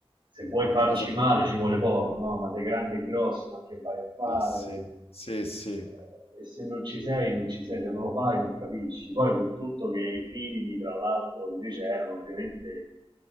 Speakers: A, on the right; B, on the left.
A: se vuoi
B: è
A: farci
B: la cosa peggiore.
A: male ci vuole poco, no? ma sei grande e grosso, ma che vai a fare?
B: Sì, sì, sì, sì.
A: Eh, E se non ci sei, non ci sei, se non lo fai non capisci. Poi con tutto che i figli, tra l'altro, invece erano ovviamente